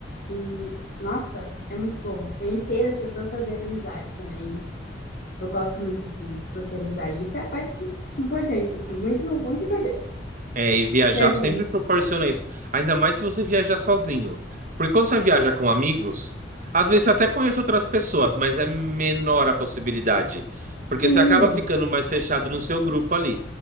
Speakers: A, on the left; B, on the right.
A: E, nossa, é muito bom. Conhecer as pessoas, fazer amizades também. Eu gosto muito de socializar, e isso é a parte importante, assim, muito, muito importante
B: É, e viajar
A: para mim.
B: sempre proporciona isso. Ainda mais se você viajar sozinho. Porque quando você viaja com amigos, às vezes você até conhece outras pessoas, mas é menor a possibilidade. Porque
A: assim.
B: você acaba ficando
A: Sim,
B: mais fechado no seu grupo ali.